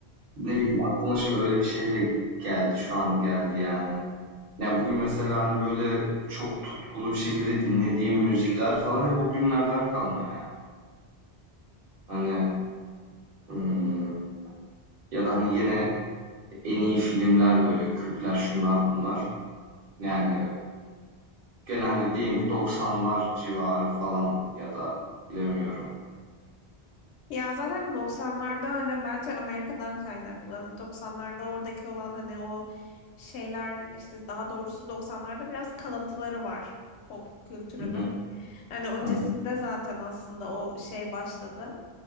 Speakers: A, on the right; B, on the left.
A: ne bileyim, aklıma şimdi öyle bir şey de geldi, şu an geldi yani. Ya, bugün mesela, hani, böyle çok tutkulu bir şekilde dinlediğim müzikler falan hep o günlerden kalma yani. Hani, ımm, ya da, hani, gene en iyi filmler böyle Kürtler şunlar bunlar. Yani genelde diyeyim ki 90'lar civarı falan ya da bilemiyorum.
B: Ya zaten 90'larda hani bence Amerika'dan kaynaklı. 90'larda oradaki olan hani o şeyler işte daha doğrusu 90'larda biraz kalıntıları var pop kültürünün.
A: Hı hı,
B: Yani öncesinde
A: hı hı,
B: zaten aslında o şey başladı.